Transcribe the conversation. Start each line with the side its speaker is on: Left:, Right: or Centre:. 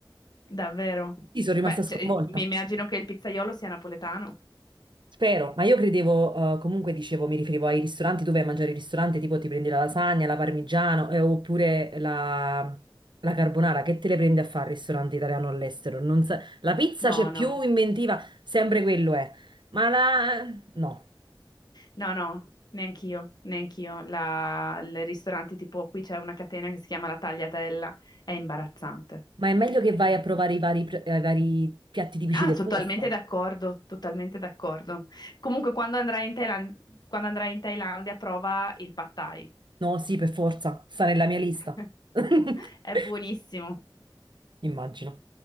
Left: davvero.
Right: Io sono rimasta
Left: Beh,
Right: sconvolta.
Left: cioè, mi immagino che il pizzaiolo sia napoletano.
Right: Spero, ma io credevo, eh, comunque dicevo, mi riferivo ai ristoranti dove vai a mangiare il ristorante, tipo ti prendi la lasagna, la parmigiano, eh, oppure la, la carbonara, che te le prendi a fare al ristorante italiano all'estero? Non sa- La pizza
Left: No,
Right: c'è
Left: no,
Right: più inventiva, sempre quello è, ma la... no,
Left: no, no, neanch'io, neanch'io. La, il ristorante tipo qui c'è una catena che si chiama La Tagliatella, è imbarazzante.
Right: ma è meglio che
Left: È-
Right: vai a provare i vari, pre- eh, i vari piatti tipici
Left: Ah,
Right: del
Left: sono
Right: posto.
Left: totalmente d'accordo, totalmente d'accordo. Comunque quando andrai in Thailan- quando andrai in Thailandia prova il pad thai.
Right: No, sì, per forza, sta nella mia lista.
Left: <laughs>
Right: <laughs>
Left: È buonissimo.
Right: Immagino.